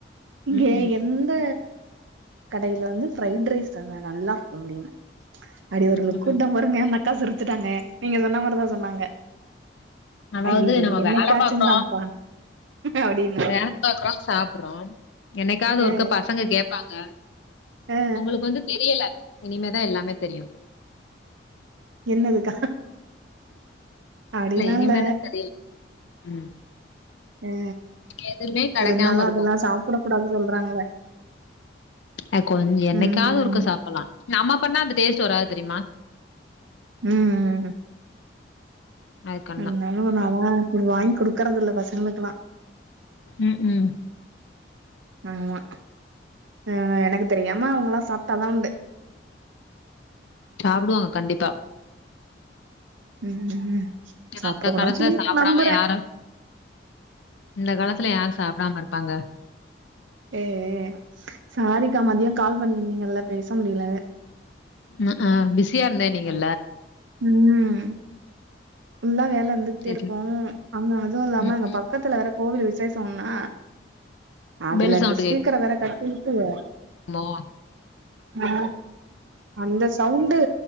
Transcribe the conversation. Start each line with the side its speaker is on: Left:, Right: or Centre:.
Right: இங்க
Left: ம்
Right: என் இந்த கடைல வந்து ஃப்ரைட் ரைஸ்தா நல்லா இருக்கு <unintelligible> அடி ஒரு
Left: ம்
Right: லுக்கு
Left: ம்
Right: விட்டன் பாருங்க அந்த அக்கா சிரிச்சுட்டாங்க நீங்க சொன்ன மாரிதா சொன்னாங்க
Left: அதாவது
Right: அய்யய்யோ
Left: நம்ம
Right: என்னைக்காச்சுன்தான்ப்பா
Left: வேல பாக்குறோ
Right: அப்டின்னு
Left: வேல பாக்குறோ சாப்றோ என்னைக்காவது
Right: அ
Left: ஒருக்கா பசங்க கேப்பாங்க
Right: அ அ
Left: உங்களுக்கு வந்து தெரியல இனிமேதா எல்லாமே தெரியு
Right: என்னதுக்கா அப்டியெல்லா
Left: இனிமேதா
Right: இல்ல
Left: தெரியு ம்
Right: எ
Left: எதுமே கெடைக்காம
Right: இருந்தாலு
Left: இருக்கு
Right: அதெல்லா சாப்ட கூடாது சொல்றாங்கள்ள
Left: அ கொஞ் என்னைக்காவது
Right: ம்
Left: ஒருக்கா சாப்பல்லா நம்ம பண்ணா அந்த டேஸ்ட் வராது தெரிமா
Right: ம்
Left: அதுக்கான்தா
Right: என்னாலு நால்லா வாங்கி குடுக்கறதில்ல பசங்களுக்கு எல்லா
Left: ம் ம்
Right: ஆமா ஆ எனக்கு தெரியாம அவங்களா சாப்ட்டாதா உண்டு
Left: சாப்டுவாங்க கண்டிப்பா
Right: ம் ம்
Left: ஏனா
Right: சாப்ட
Left: இந்த
Right: கூடாதுன்னு
Left: காலத்துல
Right: சொல்லி
Left: சாப்டாம
Right: நம்புறே
Left: யாரு இந்த காலத்துல யாரு சாப்டாம இருப்பாங்க
Right: எ ஏ சாரிக்கா மதியோ கால் பண்ணிருந்திங்கல்ல பேச முடில
Left: உ ஊ பிஸியா இருந்தேன்னல்லீங்க
Right: ம் ஃபுல்லா வேல இருந்துகிட்டே
Left: சேரி
Right: இருக்கும்
Left: சேரி
Right: அங்க அதுவு இல்லாம
Left: ம்
Right: அங்க ப க்கத்துல வேற கோவில் விசேஷோ ஒன்னா அதுல
Left: பெல் சவுண்ட்
Right: இந்த ஸ்பீக்கர வேற க கிறுக்குக
Left: <unintelligible>
Right: ஆ அந்த சவுண்டு